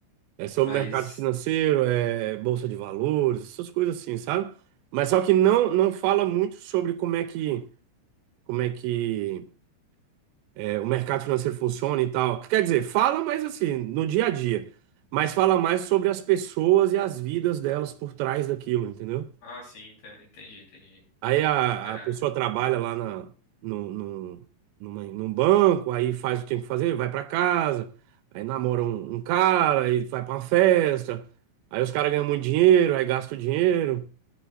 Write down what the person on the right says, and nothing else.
É sobre
mercado financeiro, é bolsa de valores, essas coisas assim, sabe? Mas só que não não
fala muito sobre como é que como é que É, o mercado financeiro funciona e tal. Quer dizer, fala, mais assim, no dia a dia. Mas fala mais sobre as pessoas e as vidas delas por trás daquilo, entendeu?
Aí a,
a pessoa trabalha lá na, no, no, numa- num banco, aí faz o que tem que fazer, vai pra casa, aí namora um, um cara, aí vai pra uma festa, aí os caras ganham muito dinheiro, aí gasta o dinheiro.